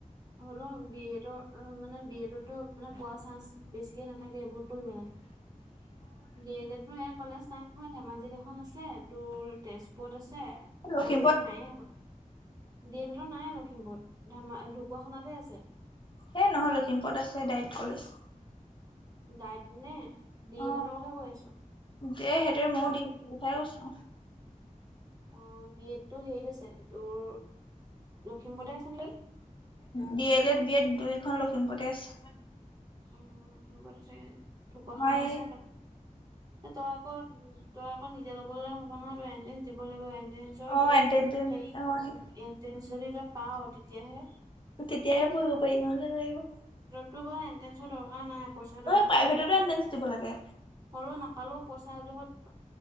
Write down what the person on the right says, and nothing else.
হ'লেও বি এ ডৰ অ, মানে বি এডতো মানে পোৱা চান্স বেছিকে নাথাকে। থাকে বহুত পঢ়িব লাগে। ডি এল এডও ইয়াত কলেজ নাই নহয়। ধেমাজি এখ খন আছে। তোৰ তেজপুৰত আছে আৰু
ইয়াত হ'বলা ডি এল এডৰ নাই লখিমপুৰত, ধেমাজি ঢকুৱাখানাত তহে আছে।
ডাইট নে ডি
এল এডৰ কথা কৈ আছো
অ, বি এডটো হেৰিত আছে তোৰ লখিমপুৰতে আছে নেকি?
উম, লখিমপুৰত আছে। ঢকুৱাখানা
আছে।
এ তই আকৌ তই আকৌ নিজে ল'বলে হ'ব নহয়। তই এণ্ট্ৰেন্স দিব লাগিব, এণ্ট্ৰেঞ্চৰ
তোৰ
হেৰি এণ্ট্ৰেন্স
এণ্ট্ৰেন্স যদি পাৱ তেতিয়াহে
তোৰ বাৰু এন্ট্ৰেঞ্চৰ দৰকাৰ নাই। পইচা দৰকাৰ।
হ'লেও নাপালেও পইচা যহত